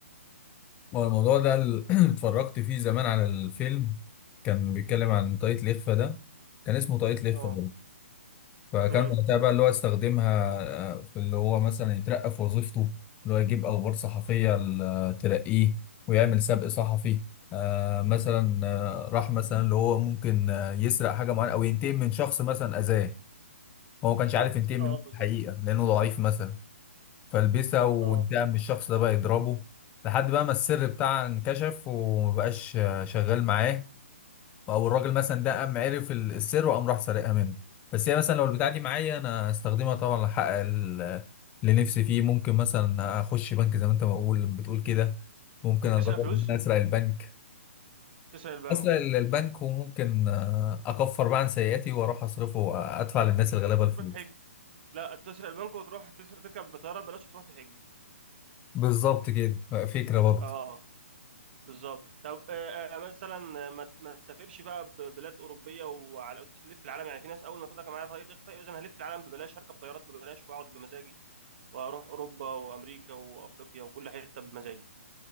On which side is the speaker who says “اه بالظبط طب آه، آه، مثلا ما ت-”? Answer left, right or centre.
Right